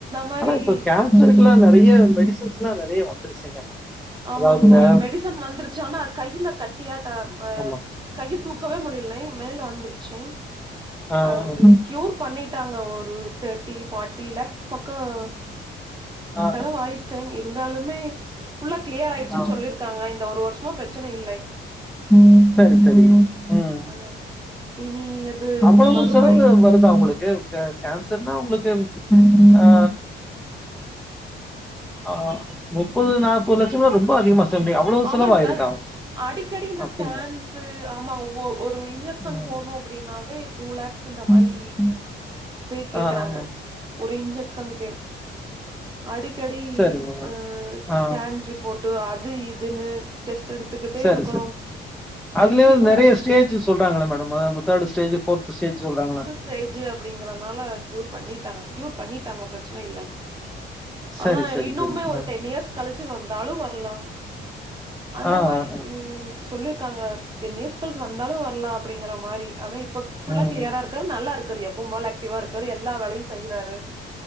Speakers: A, on the right; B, in the centre.
A: மாரி
B: ஆனா இப்ப கேன்சருக்லா
A: சுச்சுவேஷன்
B: நெறய மெடிசன்ஸ் எல்லா நெறய வந்துருச்சுங்க
A: ஆமாங்
B: அதாவதுங்க
A: சார் மெடிசன் வந்துருச் சானா ஆனா கையில கட்டியாட்டம் அ
B: ஆமா.
A: கைய தூக்கவே முடியலைங் மேல வந்துருச்சுங்
B: ஆ,
A: அது
B: ஆ.
A: க்யூர் பண்ணிட்டாங்க ஒரு தேட்டி ஃபாட்டி லக்ஸ் பக்க
B: ஆ,
A: செலவாயி சுங் இருந்தாலுமே ஃபுல்லா க்ளியர் ஆய்டுச்சுனு
B: ஆ.
A: சொல்லிருக்காங்க இந்த ஒரு வருஷமா பிரச்சன இல்லை
B: ம் சரி சரி ம்.
A: ஆ இனி அது
B: அவ்வளவு
A: மறுபடி
B: செலவு வருதா உங்களுக்கு இப்ப கேன்சர்னா உங்களுக்கு அ ஆ முப்பது நாப்பது லட்சம்லா ரொம்ப அதிகமா சொல்றீங்க அவ்ளோ
A: ஆமாங்
B: செலவாயிருக்கா
A: சார் அடிக்கடி இந்த
B: அப்டிங்களா
A: ஸ்கேன்ஸ் ஆமா ஒ ஒரு இன்ஜெக்சன்
B: ம்
A: போட்ணு அப்டின்னாவே டூ லேக்ஸ் இந்த
B: ம்
A: மாறி
B: ம்
A: அப்பவே கேக்குறாங்கங்
B: ஆ ஆ ஆ
A: ஒரு இன்ஜெக்ஷன்கேங் அடிக்கடி
B: சரிங்க மேடம்
A: அ
B: ஆ
A: ஸ்கேன் ரிப்போர்ட்டு அது இதுன்னு டெஸ்ட் எடுத் த்துக்கிட்டே
B: சரி
A: இருக்கணு
B: சரி அதுலயு
A: ஹீமோ
B: நெறையா ஸ்டேஜ் சொல்றாங்கள மேடம் அதாது தேடு ஸ்டேஜ் ஃபோர்த் ஸ்டேஜ் சொல்றாங்கள
A: த்து ஸ்டேஜ் அப்டிங்கறதுனால கியூர் பண்ணிட்டாங்க கியூர் பண்ணிட்டாங்க பிரச்சன இல்லங்
B: சரி
A: ஆனா
B: சரி
A: இன்னுமே
B: சரி
A: ஒரு
B: ஆ
A: டென் இயர்ஸ் கழுச்சு வந்தாலு வரலா அந்த
B: ஆ
A: மாறி
B: ஆ.
A: ம் சொல்லிருக்காங்க டென் இயர்ஸ் கழுச்சு வந்தாலு வரல அப்டிங்கற மாறி ஆனா இப்ப ஃபுல்லா
B: ம்
A: கிளியரா
B: ம்
A: இருக் இருக்காரு நல்லா இருக்காரு எப்பவு போல ஆக்டிவா இருக்காரு எல்லா வேலையு செய்றாரு